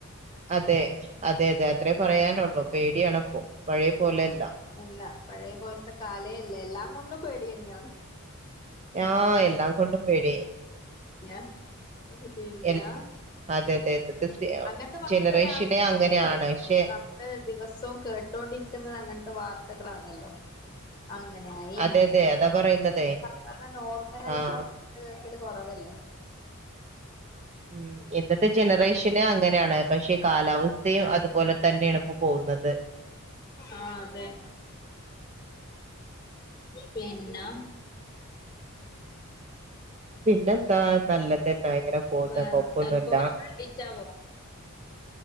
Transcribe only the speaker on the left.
എല്ലാം പഴയ പോലത്തെ കാലെയല്ല എല്ലാം കൊണ്ടും പേടി തന്നെയാണ്
ഞാൻ പിന്നെ
അങ്ങനത്തെ വാർത്ത
<inaudible>
നമ്മള് ദിവസവും കേട്ടോണ്ടിരിക്കുന്നത് അങ്ങനത്തെ വാർത്ത <unintelligible> കളാണല്ലോ അങ്ങനെയായി
ഇങ്ങനെയായി
സാധാരണ നോർമൽ ആയിട്ടുള്ള
<unintelligible> ത്തികള് കുറവല്ലേ
ആഹ് അതെ. പിന്ന
വേറെ
എപ്പൊ ഉറങ്ങാൻ ലേറ്റ് ആവുവോ